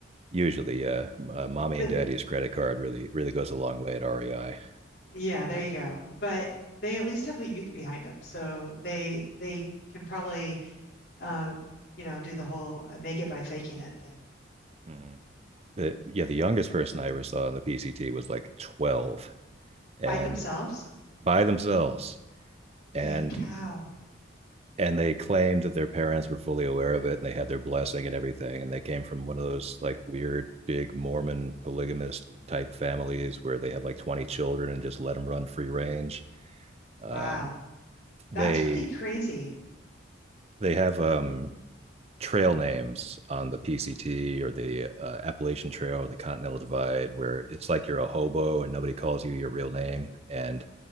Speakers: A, on the right; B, on the left.
A: Usually, yeah. Uh, mommy
B: But
A: and daddy's credit card really really goes a long way at REI.
B: Yeah, there you go. But they at least have the youth behind them, so they they can probably uh, you know, do the whole uh, make it by faking it thing.
A: Mhm. The, yeah, the youngest person I ever saw on the PCT was like 12 and
B: Fight themselves?
A: by themselves.
B: Holy
A: And
B: cow.
A: and they claimed that their parents were fully aware of it and they had their blessing and everything and they came from one of those like weird big mormon polygamist type families where they have like 20 children and just let them run free range
B: Wow.
A: um, they
B: That's pretty crazy.
A: they have um, trail names on the pct or the uh, appalachian trail or the continental divide where it's like you're a hobo and nobody calls you your real name and